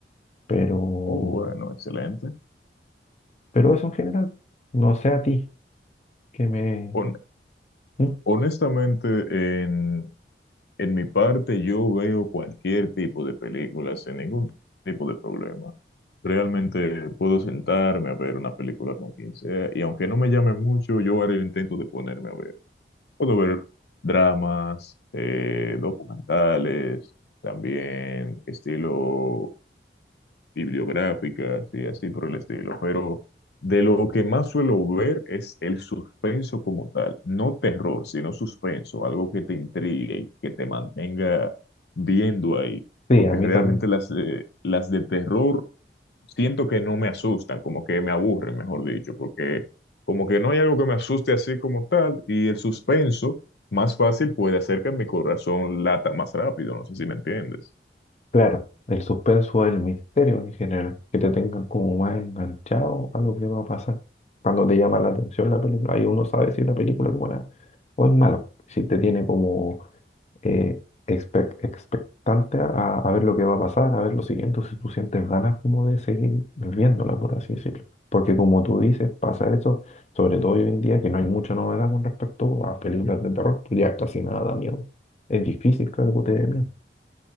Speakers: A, on the left; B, on the left.
A: Pero,
B: Oh, bueno, excelente.
A: pero eso en general, no sé a ti, que me...
B: Hon-
A: Mm,
B: honestamente, en En mi parte, yo veo cualquier tipo de película sin ningún tipo de problema. Realmente puedo sentarme a ver una película con quien sea y aunque no me llame mucho, yo haré el intento de ponerme a ver. Puedo ver dramas, eh, documentales, también estilo bibliográficas y así por el estilo, pero de lo que más suelo ver es el suspenso como tal, no terror, sino suspenso, algo que te intrigue y que te mantenga viendo ahí,
A: Sí,
B: porque
A: a mí
B: realmente
A: también.
B: las, eh, las de terror siento que no me asustan, como que me aburren, mejor dicho, porque como que no hay algo que me asuste así como tal y el suspenso más fácil puede hacer que mi corazón lata más rápido, no sé si me entiendes.
A: Claro, el suspenso, es el misterio en general, que te tengan como más enganchado a lo que va a pasar. Cuando te llama la atención la película, ahí uno sabe si la película es buena o es mala, si te tiene como eh, expe- expectante a, a ver lo que va a pasar, a ver lo siguiente, si tú sientes ganas como de seguir viéndola, por así decirlo. Porque como tú dices, pasa eso, sobre todo hoy en día, que no hay mucha novedad con respecto a películas de terror, ya casi nada da miedo. Es difícil que algo te dé miedo.